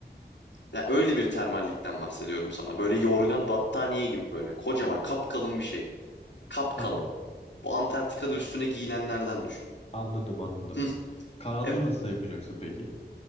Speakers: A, on the left; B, on the left.
A: Ya öyle bir termallikten bahsediyorum sana. Böyle yorgan battaniye gibi böyle kocaman kapkalın bir şey. Kapkalın.
B: Tamam.
A: Bu Antarktika'da üstüne giyilenlerden düşün.
B: Anladım anladım.
A: Hı.
B: Karanlığı
A: E,
B: nasıl yapacaksın peki?